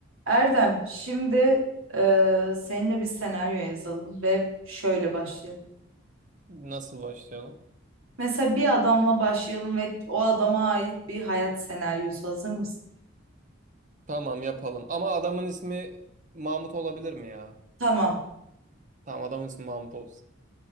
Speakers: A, on the right (about 90°); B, on the right (about 40°).
A: Erdem, şimdi e, seninle bir senaryo yazalım ve şöyle başlayalım.
B: Nasıl başlayalım?
A: Mesela bir adamla başlayalım ve o adama ait bir hayat senaryosu. Hazır mısın?
B: Tamam yapalım. Ama adamın ismi Mahmut olabilir mi ya?
A: Tamam.
B: Tamam adamın ismi Mahmut olsun.